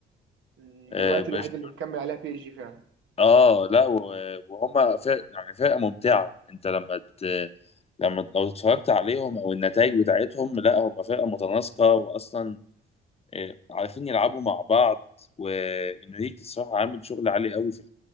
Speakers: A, on the right (about 75°); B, on the left (about 30°).
A: مم،
B: اه
A: دلوقتي
B: برش-
A: الوحيد اللي مكمل عليها بي اس جي فعلا
B: آه، لا و- وهما فرق يعني فرقة ممتعة انت لما ت... لما لو اتفرجت عليهم او النتائج بتاعتهم لا هما فرقة متناسقة واصلا آه، عارفين يلعبوا مع بعض وانريكي الصراحة عامل شغل عالي قوي في